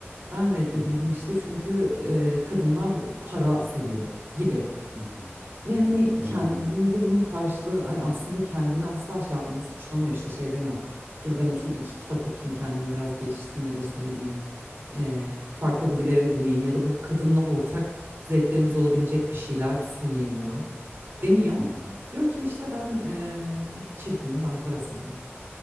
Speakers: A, on the right; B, on the right.
A: Ben reddedildim
B: hı hı,
A: işte çünkü ee, kadınlar para seviyor gibi.
B: hı hı,
A: Ve
B: hı
A: hani
B: hı,
A: kendinde
B: anladım.
A: bunun karşılığı hani aslında kendini asla şey yapmıyor, suçlamıyor işte şey demiyor. Dur ben oturup iki kitap okuyayım kendimi biraz geliştireyim ya da işte ne bileyim eee, farklı hobiler edineyim ya da bu kadınla ortak zevklerimiz olabilecek bir şeyler sunayım ona demiyor.
B: Hı hı.
A: Diyor ki işte ben eee, çirkinim ben parasızım